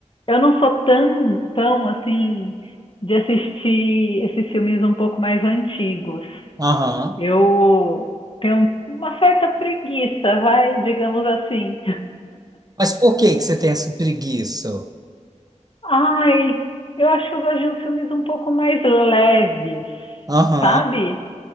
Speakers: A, on the left; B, on the right.
A: eu não sou tão, tão assim de assistir esses filmes um pouco mais antigos.
B: Aham.
A: Eu tenho uma certa preguiça, vai, digamos assim.
B: Mas por que que você tem essa preguiça?
A: Ai, eu acho que eu gosto de uns filmes um pouco mais leves,
B: Aham.
A: sabe?